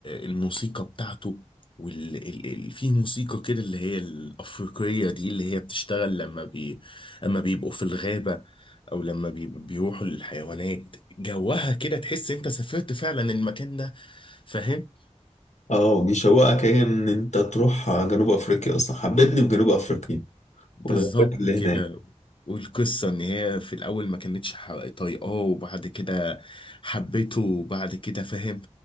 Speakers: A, on the left; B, on the left.
A: الموسيقى بتاعته وال ال... ال... في موسيقى كده اللي هي الافريقيه دي اللي هي بتشتغل لما بي لما بيبقوا في الغابه او لما بي... بيروحوا للحيوانات جوها كده تحس انت سافرت فعلا المكان ده فاهم
B: اه وبيشوقك ايه ان انت تروح جنوب افريقيا اصلا حببني في جنوب افريقيا
A: بالظبط
B: والغابات اللي
A: كده
B: هناك
A: والقصة إن هي في الأول ما كانتش ح- طايقاه وبعد كده حبته وبعد كده فاهم